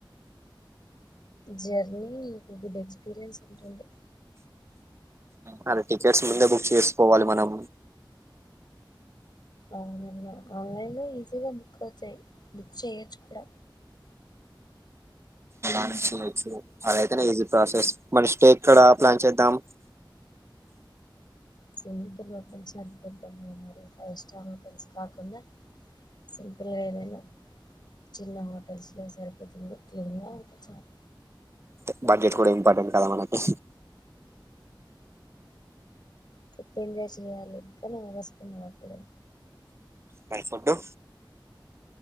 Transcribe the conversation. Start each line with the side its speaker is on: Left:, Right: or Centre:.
Left: జర్నీ కు గుడ్ ఎక్స్పీరియన్స్ ఉంటుంది
Right: ఆ అదే టికెట్స్ ముందే బుక్ చేసుకోవాలి మనం
Left: అవునన్న ఆన్లైన్ లో ఈజీగా బుక్ అవుతయి, బుక్ చేయొచ్చు కూడా
Right: మంచిగ ఎక్స్పీరియన్స్ అదైతనే ఈజీ ప్రాసెస్ మరి నెస్టేక్కడా ప్లాన్ చేద్దాం?
Left: సింపుల్ హోటల్స్ సరిపోద్దన్న మరి ఫైవ్ స్టార్ హోటల్స్ కాకుండా సింపుల్గా ఏదైనా చిన్న హోటల్స్ లో సరిపోతుంది క్లీన్ గా ఉంటె చాలు
Right: తె బడ్జెట్ కూడ ఇంపార్టెంట్ కదా మనకి
Left: ట్రిప్ ఎంజాయ్ చెయాలి ఇంకా నా వస్తున్నావ అప్పుడే?
Right: మరి ఫుడ్డు